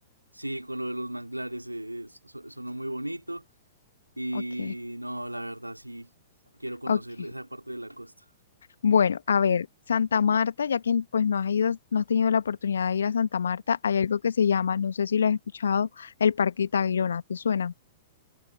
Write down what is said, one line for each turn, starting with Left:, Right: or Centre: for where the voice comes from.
Right: Sí, con lo de los manglares, eh, so- sonó muy bonito. Y
Left: Ok,
Right: no, la verdad sí, quiero conocer
Left: ok.
Right: esa parte de la costa.
Left: Bueno, a ver, Santa Marta, ya que pues no has ido, no has tenido la oportunidad de ir a Santa Marta, hay algo que se llama, no sé si lo has escuchado, el Parque Tayrona, ¿te suena?